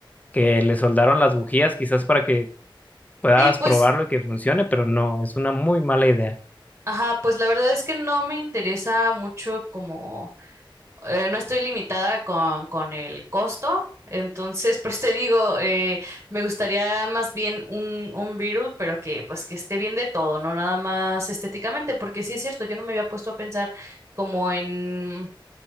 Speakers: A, on the left (about 15°); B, on the right (about 35°).
A: que le soldaron las bujías, quizás para que puedas
B: sí, pues,
A: probarlo y que funcione, pero no, es una muy mala idea.
B: ajá, pues la verdad es que no me interesa mucho como... eh, no estoy limitada con, con el costo. Entonces, pues te digo, eh, me gustaría más bien un, un Beatle, pero que pues que esté bien de todo, no nada más estéticamente, porque sí es cierto, yo no me había puesto a pensar como en,